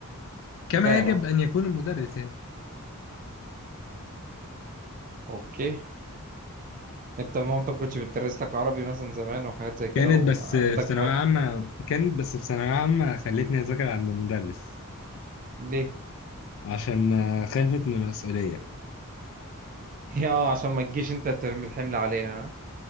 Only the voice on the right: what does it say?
فاهم
اه
اوكي انت مامتك كنتش بتدرس لك عربي مثلا زمان وحاجات زي كده
وعدتك
في حاجة
ليه؟ <laughs>
هي اه عشان ما تجيش انت ترمي الحمل عليها ها؟